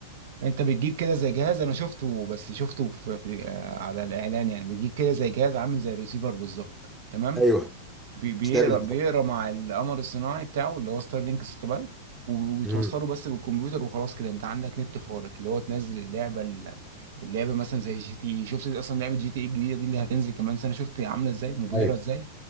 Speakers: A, on the right; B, in the centre.
A: انت بتجيب كده زي جهاز انا شفته بس شفته في في- آه، على الاعلان يعني بتجيب كده زي جهاز عامل زي الريسيفر بالظبط تمام
B: ايوه
A: بي- بيقرا
B: بتستقبل
A: بيقرا مع القمر الصناعي بتاعه اللي هو ستار لينك ساتلايت و- وبتوصله
B: امم
A: بس بالكمبيوتر وخلاص كده انت عندك نت خارق اللي هو تنزل اللعبه ال- اللعبه مثلا زي جي تي اي شفت اصلا لعبه جي تي اي الجديده دي اللي هتنزل كمان سنه شفت عامله ازاي مبهره
B: ايوه
A: ازاي